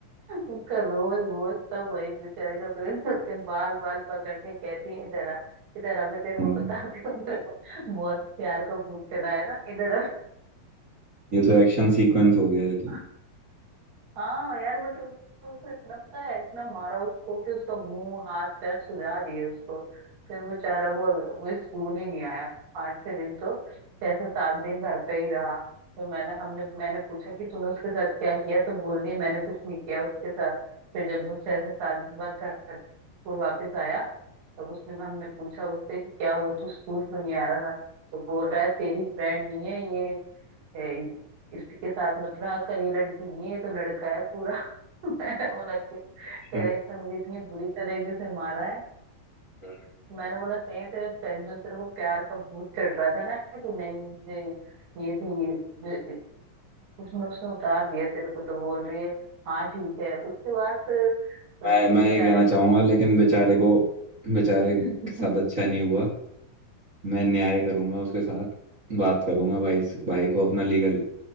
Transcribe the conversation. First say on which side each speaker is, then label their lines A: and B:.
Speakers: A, on the right; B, on the right.
A: उसका रोज वोज सब वही बेचारे का पेट उसके बाल बाल पकड़ के कहती है इधर आ इधर आ मैं तेरे
B: हाँ
A: को बताती हूँ तेरे को बहुत प्यार का भूत चढ़ा है ना इधर
B: ये तो एक्शन सीक्वेंस हो गया ये तो
A: आ <laughs> हाँ यार बट उसको उसको इतना पता है इतना मारा उसको कि उसका मुंह हाथ पैर सुजा दिए उसको फिर बेचारा वो वो स्कूल ही नहीं आया पाँच छह दिन तो छह से सात दिन घर पे ही रहा फिर मैंने हमने मैंने पूछा कि तूने उसके साथ क्या किया तो बोल रही है, मैंने कुछ नहीं किया उसके साथ फिर जब वो छह से सात दिन बाद घर स्कूल वापस आया तब उसने हमने पूछा उससे कि क्या हुआ तू स्कूल क्यों नहीं आ रहा था तो बोल रहा है तेरी फ्रेंड नहीं है ये ए, इसके साथ मत रहा कर ये लड़की नहीं है ये तो लड़का है पूरा <laughs> मैंने बोला कि कह
B: अच्छा
A: रहे इसने मुझे इतनी बुरी तरीके से मारा है
B: हम्म।
A: मैंने बोला सही है तेरे पे- जो तेरे को प्यार का भूत चढ़ रहा था ना कि नहीं मुझे ये थी जो उसमें उसने उतार दिया तेरे को तो बोल रही है हाँ ठीक है उसके बाद फिर
B: मैं
A: फिर
B: मैं
A: बेचारे
B: ये कहना
A: ने
B: चाहूंगा लेकिन बेचारे को बेचारे
A: <laughs>
B: के साथ अच्छा नहीं हुआ मैं न्याय करूंगा उसके साथ बात करूंगा भाई से- भाई को अपना लीगल